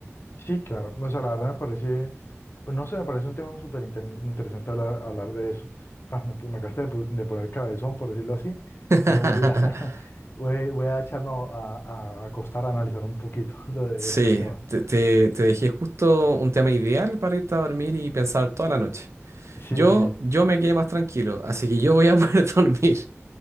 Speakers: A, on the left; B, on the right.
A: Sí, claro. O sea, la verdad me parece, pues no sé, me parece un tema súper inter- interesante hablar, hablar de eso. Paz, me, me acabaste de, pu- de poner cabezón, por decirlo así.
B: <laughs>
A: Te voy a, <laughs> voy, voy a echarme a, a- a acostar a analizar un poquito <laughs> lo de
B: Sí,
A: estos temas.
B: te, te- te dejé justo un tema ideal para irte a dormir y pensar toda la noche.
A: Sí,
B: Yo,
A: sí.
B: yo me quedé más tranquilo, así que yo voy a poder <laughs> dormir.